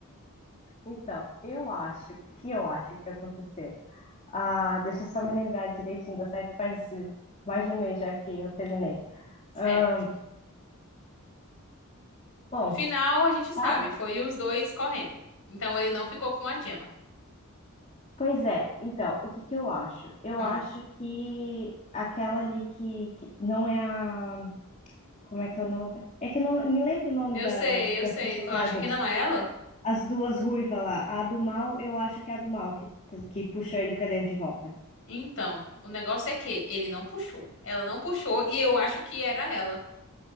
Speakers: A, on the left; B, on the left.
A: Então, eu acho que eu acho que aconteceu. Ah, deixa eu só me lembrar direitinho da série que faz mais de um mês já que eu terminei.
B: Certo.
A: Ah, Bom,
B: Final, a gente sabe,
A: tal-
B: foi os dois correndo. Então ele não ficou com a Gemma.
A: pois é. Então, o que que eu acho? Eu
B: Ah,
A: acho que aquela ali que, que não é a Como é que é o nome? É que eu não me lembro o nome
B: eu
A: das,
B: sei, eu
A: das
B: sei.
A: personagens.
B: Tu acha que não é ela?
A: As duas ruivas lá. A do mal, eu acho que é a do mal que, que puxou ele pra dentro de volta.
B: Então, o negócio é que ele não puxou. Ela não puxou e eu acho que era ela.